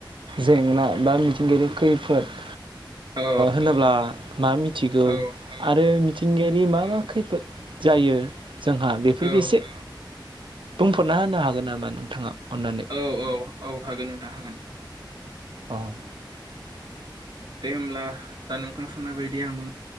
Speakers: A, on the right; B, on the right.
A: जेंना बा मिथिंगायारि खैफोद
B: औ
A: होनोब्ला मा मिथिगौ
B: औ
A: आरो मिथिंगायारि मा मा खैफोद जायो जोंहा बेफोरखौ
B: औ
A: एसे बुंफोर'ना होनो हागोन नामा नोंथाङा अननानै?
B: औ औ औ हागोन नोंथां हागोन
A: अ'
B: दे होमब्ला दा नोंथां साननाय बायदि आंबो